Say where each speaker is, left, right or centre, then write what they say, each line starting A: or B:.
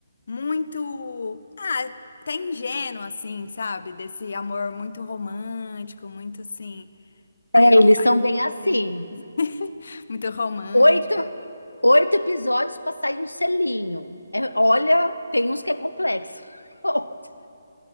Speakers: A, on the left; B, on the left.
A: muito... Ah, até ingênua, assim, sabe? Desse amor muito romântico, muito, assim... Aí
B: É,
A: eu,
B: eles
A: aí
B: são
A: eu...
B: bem
A: fico
B: assim.
A: meio- <laughs> Muito romântico.
B: Oito, oito episódios para sair um selinho. É, olha, tem uns que é complexo. <laughs>